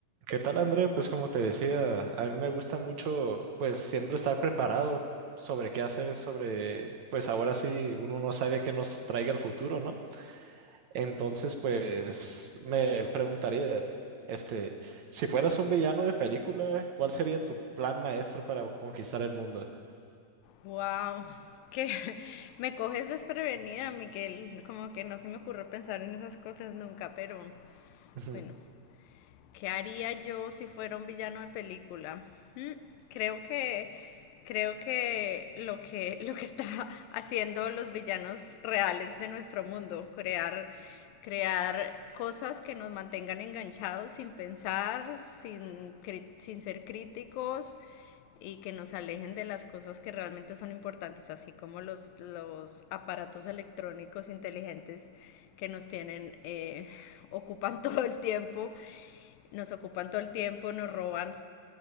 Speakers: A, on the right; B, on the left.
A: ¿Qué tal, Andrea? Pues como te decía, a mí me gusta mucho, pues siempre estar preparado sobre qué hacer, sobre, pues ahora sí uno no sabe qué nos traiga el futuro, ¿no? Entonces, pues me preguntaría, este, si fueras un villano de película, ¿cuál sería tu plan maestro para conquistar el mundo?
B: Wow, que <laughs> me coges desprevenida, Miguel. Como que no se me ocurrió pensar en esas cosas nunca, pero
A: <laughs> Ujú.
B: bueno. ¿Qué haría yo si fuera un villano de película? Hmm, Creo que creo que lo que <laughs> lo que está haciendo los villanos reales de nuestro mundo, crear crear cosas que nos mantengan enganchados sin pensar, sin cri- sin ser críticos y que nos alejen de las cosas que realmente son importantes, así como los, los aparatos electrónicos inteligentes que nos tienen, eh, <laughs> ocupan todo el tiempo nos ocupan todo el tiempo, nos roban